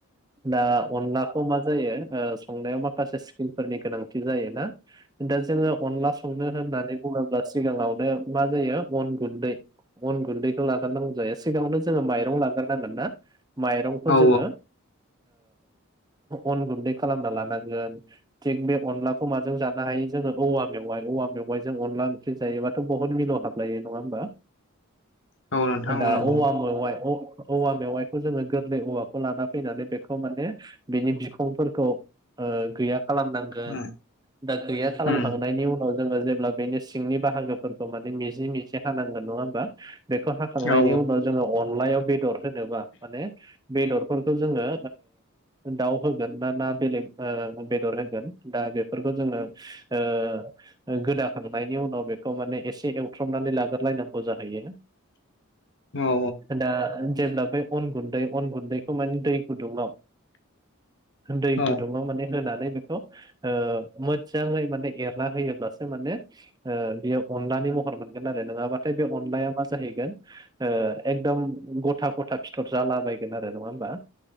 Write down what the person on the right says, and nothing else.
दा अनलाखौ मा जायो संनायाव माखासे स्किलफोरनि गोनांथि जायोना। दा जोङो अनला संनो होननानै बुनांगौ सिगाङावनो मा जायो अन गुन्दै अन गुन्दैखौ लाग्रोनो नांगौ जायो सिगांङावनो जोंङो माइरं लाग्रोनो नांगोन ना, माइरंखौ
जोङो अन गुन्दै खालामना लानांगोन थिग बे अनलाखौ माजों जा नो हायो जोङो औवा मेवाइ औवा मेवाइजों अनला ओंख्रि जायोबाथ' बहुद मिलौ हाबलायो, नङा होमबा?
ना
औवा मेवाय औवा मेवाइखौ जोङो गोरलै औवाखौ लाना फैनानै बेखौ माने बिनि बिखंफोरखौ गैया खालामनांगोन
दा गैया खालामखांनायनि
उनाव जोङो जेब्ला बेनि सिंनि बाहागोफोरखौ माने मिजि मिजि हानांगोन नङा होमबा? बेखौ हाखांनायनि
उनाव जोङो अनलायाव बेदर होनोबा माने बेदरफोरखौ जोङो दाउ होगोन ना ना बेलेग बेदर होगोन दा बेफोरखौ जोङो। ओ गोदाखांनायनि उनाव बेखौ माने एसे एवथ्रबनानै लाग्रोलायनांगौ जाहैयो
दा जेब्ला बे अन गुन्दै अन गुन्दैखौ माने दै गुदुङाव दै
गुदुङाव माने होनानै बेखौ ओ मोजाङै माने एरना होयोब्लासो माने ओ बेयो अनलानि महर मोनगोन आरो नङाबाथ बे अनलाया मा जाहैगोन ओ एकदम गथा गथा फिथर जालाबायगोन आरो नङा होमबा?